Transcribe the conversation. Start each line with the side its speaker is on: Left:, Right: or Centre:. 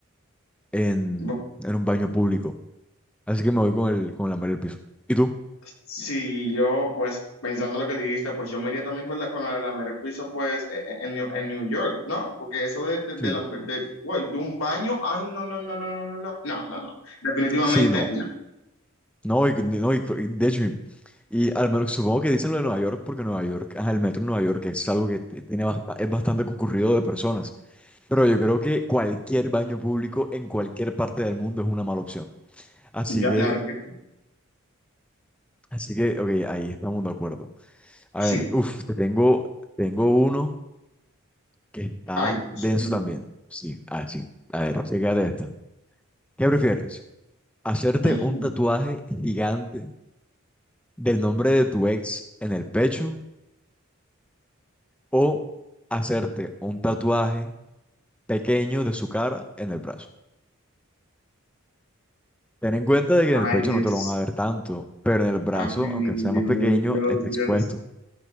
Centre: en,
Left: Bueno,
Centre: en un baño público. Así que me voy con el, con la madre del piso. ¿Y tú?
Left: si yo, pues, pensando lo que dijiste, pues yo me iría también con la, con la de lamer el piso, pues, e- e- en, New en New York, ¿no? Porque eso de, de,
Centre: Sí.
Left: de, lamer- de, uy, de un baño, ay, no, no, no, no, no, no, no, no, no, no. definitivamente
Centre: Sí, no.
Left: no.
Centre: No, y, no, y- y de hecho, y al menos supongo que dicen lo de Nueva York, porque Nueva York, ajá, el metro en Nueva York es algo que t- tiene bast- es bastante concurrido de personas. Pero yo creo que cualquier baño público en cualquier parte del mundo es una mala opción. Así
Left: Ya,
Centre: que,
Left: la verdad que
Centre: así que, ok, ahí estamos de acuerdo. A
Left: sí.
Centre: ver, uff, tengo, tengo uno que está
Left: Ay, Dios
Centre: denso
Left: mío.
Centre: también. Sí, así. A ver, chécate esta. ¿Qué prefieres? ¿Hacerte
Left: <laughs>
Centre: un tatuaje gigante del nombre de tu ex en el pecho o hacerte un tatuaje pequeño de su cara en el brazo? Ten en cuenta de que en
Left: Ay,
Centre: el pecho
Left: Dios.
Centre: no te lo van a ver tanto, pero en el brazo,
Left: Ay,
Centre: aunque sea
Left: Dios,
Centre: más pequeño,
Left: Dios,
Centre: está expuesto.
Left: Dios.